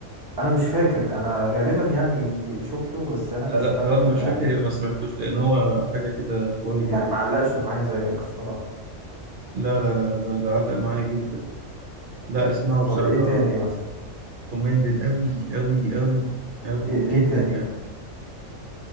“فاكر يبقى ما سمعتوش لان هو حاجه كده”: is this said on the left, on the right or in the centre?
Right